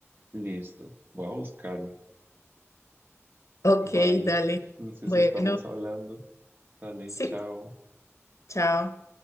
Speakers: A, on the right; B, on the left.
A: listo, voy a buscarlo.
B: Ok,
A: Vale,
B: dale.
A: entonces
B: Bueno,
A: estamos hablando. Dale,
B: sí,
A: chao.
B: chao.